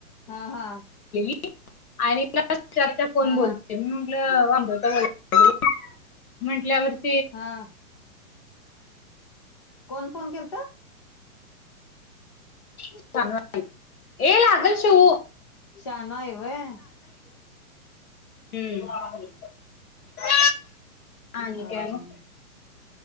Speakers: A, on the left (about 20°); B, on the left (about 70°).
A: हा हा.
B: <unintelligible> आणि न <unintelligible> कोण
A: हा
B: बोलतंय म्हणून. म्हटंल अमृता <unintelligible> म्हंटल्यावरती
A: हा. कोण फोन केलंत?
B: <unintelligible> तांदूळ वाटालोय ऐ लाग अंग चिऊ
A: शानं आहं व्हंय.
B: हम्म. आणि
A: हा
B: काय
A: हा
B: मग?